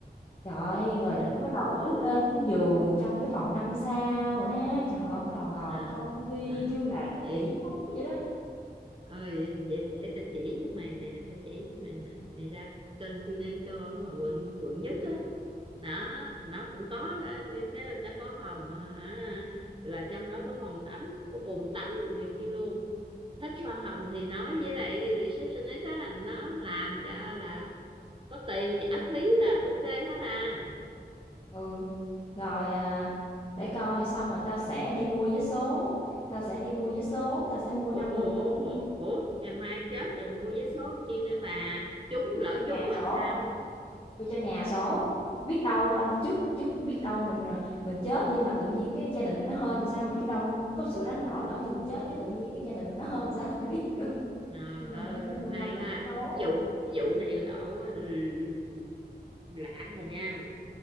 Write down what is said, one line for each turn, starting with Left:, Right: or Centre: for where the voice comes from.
Left: Trời ơi, rồi
Right: trời
Left: lúc bắt đầu
Right: ơi
Left: bước lên cái giường trong cái phòng 5 sao rồi ha, trời ơi, bắt đầu ngồi
Right: à
Left: coi tivi vi
Right: à
Left: như là
Right: vậy
Left: tỷ phú vậy đó.
Right: ơi vậy để tao chỉ cho mày nè tao chỉ cho mày nè mày ra Continental ở ngoài quận quận nhất á đó nó cũng có đó cái nó có phòng à, à, là trong đó có phòng tắm có bồn tắm này kia luôn thích hoa hồng thì nói với lại receptionist á nó làm cho là có tiền trả phí là ok hết à
Left: Ừ, rồi, à, để coi xong rồi tao sẽ đi mua vé số, tao sẽ đi mua vé số, tao sẽ mua
Right: ủa
Left: 5
Right: ủa
Left: người
Right: ủa
Left: ngẫu
Right: ủa
Left: nhiên,
Right: ủa ngày mai chết rồi mua vé số làm chi nữa bà trúng
Left: đưa
Right: lỡ
Left: cho nhà
Right: trúng rồi
Left: số,
Right: làm sao đó
Left: đưa cho nhà số. Biết đâu mà trước trước biết đâu mình, à, mình chết nhưng mà tự nhiên cái gia đình mình nó hên làm sao, biết đâu có sự đánh đổi lỡ như mình chết cái tự nhiên cái gia đình mình nó hên làm sao <laughs> ai biết được.
Right: trời
Left: Cho nên
Right: ơi
Left: mình sẽ mua 5
Right: hay
Left: tờ
Right: ha
Left: vé số.
Right: vụ vụ này lộ á, l- l- lạ rồi nha